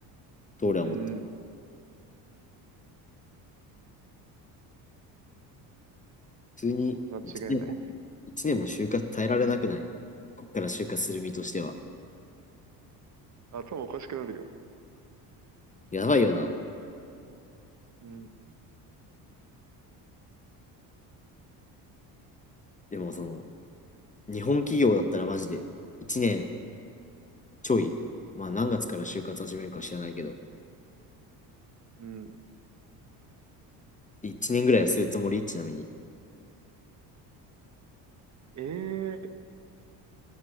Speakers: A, on the left (about 15°); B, on the right (about 40°).
A: と俺は思ってる。
B: うん。
A: 普通に1年も、
B: 間違いないね。
A: 一年も就活耐えられなくない。こっから就活する身としては。
B: 頭おかしくなるよ。
A: やばいよな。
B: うん。
A: でもその、日本企業だったらマジで1年ちょい。まあ何月から就活始めるか知らないけど、
B: うん。
A: 1年ぐらいはするつもりちなみに。
B: ええ